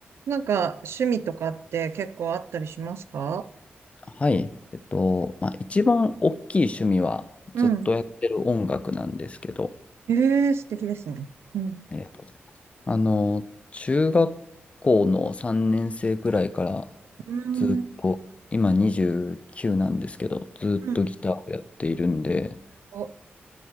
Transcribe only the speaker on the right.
なんか、趣味とかって結構あったりしますか
うん。ええー素敵ですね。うん。
うーん。
うん。お、